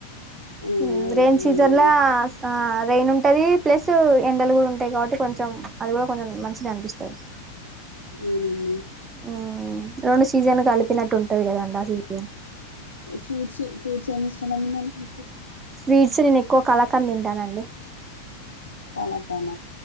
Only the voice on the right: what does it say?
మ్ రైన్ సీజన్లాస్ ఆస్ రైన్ ఉంటుంది ప్లస్ ఎండలు కూడా ఉంటాయి కాబట్టి కొంచెం అది కూడా కొంచెం మంచిదే అనిపిస్తది.
ఉమ్ రెండు సీజన్లు కలిపినట్టు ఉంటది కదండి ఆ సీజన్.
స్వీట్స్ నేను ఎక్కువ కళాకాండ్ తింటానండి.